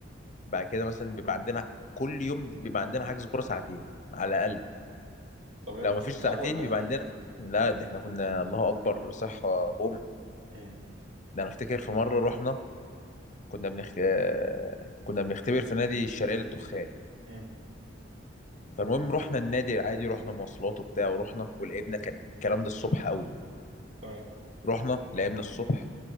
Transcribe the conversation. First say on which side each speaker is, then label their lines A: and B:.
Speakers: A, on the left; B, on the right.
A: بعد كده مثلا بيبقى عندنا كل يوم بيبقى عندنا حجز كورة ساعتين على الأقل
B: طب ايه
A: لو
B: ما كنتش
A: ما فيش
B: بتتعبوا
A: ساعتين
B: ولا
A: بيبقى
B: ايه؟
A: عندنا لا ده احنا كنا الله اكبر صحة بوم
B: امم
A: ده انا افتكر في مرة رحنا كنا بنخ... آه، كنا بنختبر في نادي الشرقية للدخان
B: امم
A: فالمهم رحنا النادي العادي رحنا مواصلات وبتاع ورحنا ولعبنا كان الكلام ده الصبح قوي
B: تمام
A: رحنا لعبنا الصبح